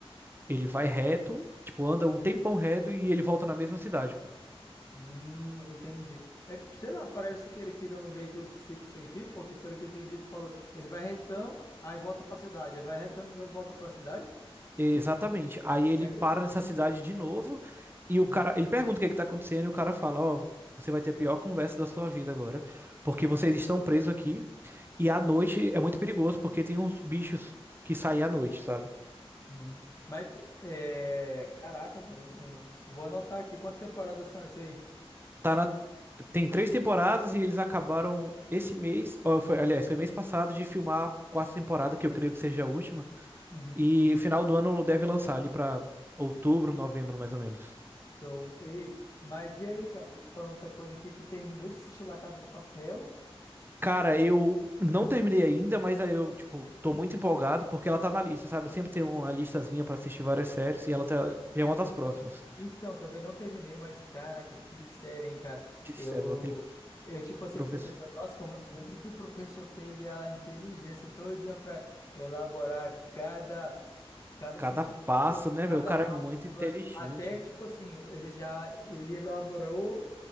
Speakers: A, on the right; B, on the left.
A: Ele vai reto, tipo, anda um tempão reto e ele volta na mesma cidade, pô.
B: Hum, entendi. É, sei lá, parece que ele fica no meio que o ciclo sem fim, porque pelo que eu entendi, tu falou, ele vai retão, aí volta pra cidade, aí vai retão de novo, volta pra cidade?
A: Exatamente. Aí ele
B: É
A: para
B: co-
A: nessa cidade de novo e
B: Uhum,
A: o cara, ele pergunta o que é que tá acontecendo e o cara fala, ó, você vai ter a pior conversa da sua vida agora, porque vocês estão presos aqui e à noite é muito perigoso porque tem uns bichos que saem à noite, sabe?
B: uhum. Mas, é, caraca, velho, eu- eu vou anotar aqui quantas temporadas são isso aí.
A: Tá na... Tem três temporadas e eles acabaram esse mês, ou foi, aliás, foi mês passado de filmar a quarta temporada, que eu creio que seja a última.
B: Uhum.
A: E final do ano deve lançar ali pra outubro, novembro, mais ou menos.
B: Então, ei, mas e aí, cara, Deixa eu te falando outra coisa aqui, tu terminou de assistir La Casa de Papel?
A: Cara, eu não terminei ainda, mas aí eu, tipo, tô muito empolgado porque ela tá na lista, sabe? Eu sempre tenho uma listazinha pra assistir várias séries e ela tá... é uma das próximas.
B: Então, também não terminei, mas caraca, que série, hein, cara.
A: que
B: Eu,
A: sério, aquele
B: eu tipo assim,
A: professor.
B: eu fiquei pensando, nossa, como, como é que o professor teve a inteligência todinha para elaborar cada, cada
A: Cada
B: sentido
A: passo,
B: do plano,
A: né, velho?
B: cada
A: O cara
B: passo
A: é muito
B: do plano.
A: inteligente.
B: Até, tipo assim, ele já, ele elaborou